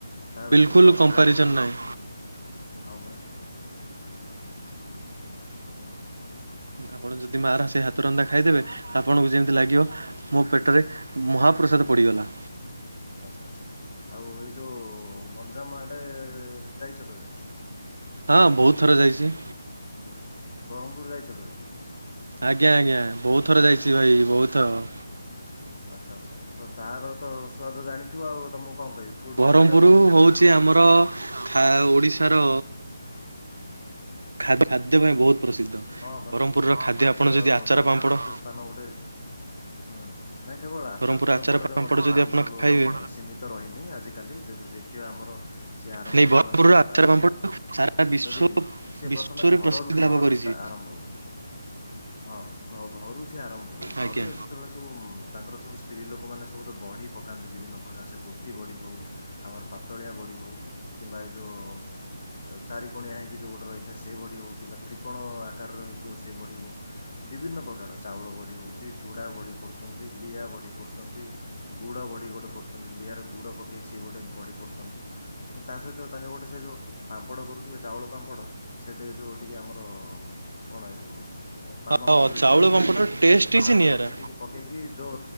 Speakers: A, on the left (about 45°); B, on the right (about 75°).
A: ତାର
B: ବିଲକୁଲ
A: ସିଏ ପରା ଅତୁଳନୀୟ
B: କମ୍ପାରିଜନ୍ ନାହିଁ
A: ହଁ ପରା। ହୁଁ।
B: ଆପଣ ଯଦି ମା ର ସେ ହାତ ରନ୍ଧା ଖାଇଦେବେ ଆପଣଙ୍କୁ ଯେମିତି ଲାଗିବ ମୋ ପେଟରେ ମହାପ୍ରସାଦ ପଡ଼ିଗଲା।
A: ଆଚ୍ଛା ଆଚ୍ଛା ଆଉ ଏଇ ଯୋଉ ଗଞ୍ଜାମ ଆଡେ ଯାଇଚ କେବେ।
B: ହଁ ବହୁତ ଥର ଯାଇଚି।
A: ବରହ୍ମପୁର ଯାଇଚ କେବେ।
B: ଆଜ୍ଞା ଆଜ୍ଞା ବହୁତ ଥର ଯାଇଚି ଭାଇ ବହୁତ ଥର।
A: ଆଛା ଆଚ୍ଛା ତ ତାର ତ ସୁ୍ଆଦ ଜାଣିଥିବ ଆଉ ତ ମୁଁ କଣ କହିବି। Food
B: Berhampur
A: capital of
B: ହଉଚି
A: Odisha ଆଉ।
B: ଆମର ଖା ଓଡ଼ିଶାର ଖା ଖାଦ୍ୟ ପାଇଁ ବହୁତ ପ୍ରସିଦ୍ଧ
A: ହଁ ପରା
B: ବରହ୍ମପୁରର ଖାଦ୍ୟ
A: ଖାଦ୍ୟର
B: ଆପଣ ଯଦି ଆଚାର
A: ପୁରା
B: ପାମ୍ପଡ଼
A: ପ୍ରସିଦ୍ଧ ସ୍ଥାନ ଗୋଟେ ହଁହଁ ନାଇଁ କେବଳ ଆଚାର
B: ବ୍ରହ୍ମପୁର
A: ପାମ୍ପଡ଼ ରେ ମଧ୍ୟ
B: ଯଦି
A: ବରହ୍ମପୁର
B: ଆପଣ ଖାଇବେ
A: ସୀମିତ ତ ରହିନି ଆଜିିକାଲି ଯଦି ଦେଖିବା ଆମର ସିଏ ଆରମ୍ଭରୁ
B: ନାଇଁ ବ୍ରହ୍ମପୁରର
A: ମାନେ
B: ଆଚାର
A: ତାର
B: ପାମ୍ପଡ଼
A: ଯୋଉ
B: ସାରା ବିଶ୍ଵ
A: ଯଦି ସିଏ
B: ବିଶ୍ଵରେ
A: ପ୍ରଥମେ ଘରରୁ
B: ପ୍ରସିଦ୍ଧି
A: ଘରରୁ
B: ଲାଭ କରିଛି।
A: ଷ୍ଟା ଆରମ୍ଭ ହୁଏ ହଁ ଘ ଘରୁ ସିଏ ଆରମ୍ଭ ହୁଏ
B: ଆଜ୍ଞା।
A: ଘରୁ ଯେତେବେଳେ ସବୁ ତାଙ୍କର ସବୁ ସ୍ତ୍ରୀ ଲୋକ ମାନେ ସବୁ ବଢି ପକାନ୍ତି ବିଭିନ୍ନ ପ୍ରକାର ସେ ଗୋଟି ବଢି ହଉ ଆମର ପାତଳିଆ ବଢ଼ି ହେଉ କିମ୍ବା ଏଇ ଯୋଉ ଚାରି କଣିଆ ହେଇକି ଯୋଉ ଗୋଟେ ରହିଥାଏ ସେଇ ବଢି ହଉ କିମ୍ବା ତ୍ରି କଣ ଆକାରର ହେଇଥିବ ସେ ବଢି ହଉ ବିଭିନ୍ନ ପ୍ରକାର ଚାଉଳ ବଡ଼ି ହଉଚି ଚୁଡା ବଢି କରୁଛନ୍ତି ଲିଆ ବଢି କରୁଛନ୍ତି ଗୁଡ ବଢି ଗୋଟେ କରୁଛନ୍ତି ଲିଆରେ ଗୁଡ ପ ସିଏ ଗୋଟେ ବଢି କରୁଛନ୍ତି ତା ସହିତ ତାଙ୍କେ ଗୋଟେ ସେ ଯୋଉ ପାମ୍ପଡ କରୁଥିବେ ଚାଉଳ ପାମ୍ପଡ ସେଠି ଯୋଉ ଟିକେ ଆମର ଆମର କଣ ଏଇ ଯୋଉ ପାନ
B: ହଁ
A: ମଧୁରୀ
B: ଚାଉଳ
A: ଟିକେ ପକେଇକି
B: ପାମ୍ପଡ଼ର ଟେଷ୍ଟ କିଛି
A: ପାନ
B: ନିଆରା।
A: ମଧୁରୀ ଟିକେ ପକେଇକି ଯୋଉ